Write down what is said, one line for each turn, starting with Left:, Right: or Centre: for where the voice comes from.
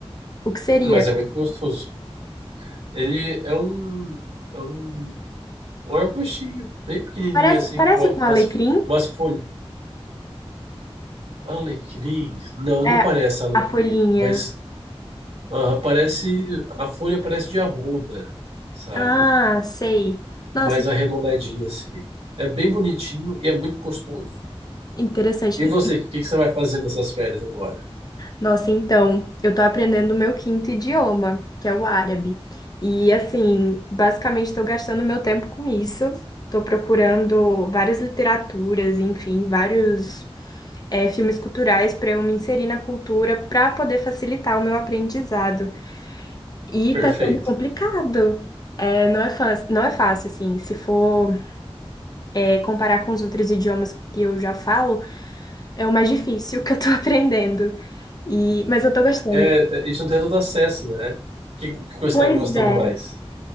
Left: O que seria?
Right: Mas é muito gostoso. Ele é um, é um, um arbustinho, bem pequenininho
Left: Parece
Right: assim,
Left: parece
Right: que volta
Left: com
Right: umas,
Left: alecrim?
Right: umas folhas. Alecrim? Não, não
Left: É
Right: parece alecrim.
Left: a folhinha.
Right: Mas aham, parece. A folha parece de arruda, sabe?
Left: Ah, sei. Nossa,
Right: Mais arredondadinha assim. É bem bonitinho e é muito gostoso.
Left: interessante.
Right: E você, o que que você vai fazer nessas férias agora?
Left: Nossa, então, eu tô aprendendo o meu quinto idioma, que é o árabe. E assim, basicamente tô gastando meu tempo com isso. Tô procurando várias literaturas, enfim, vários eh, filmes culturais para eu me inserir na cultura para poder facilitar o meu aprendizado. E
Right: Perfeito.
Left: tá sendo complicado. É, não é fácil, não é fácil, assim. Se for, eh, comparar com os outros idiomas que eu já falo, é o mais difícil <laughs> que eu tô <laughs> aprendendo. E, mas eu tô gostando.
Right: É, a gente não tem tanto acesso, né? O que, que você está
Left: Pois
Right: gostando
Left: é.
Right: mais?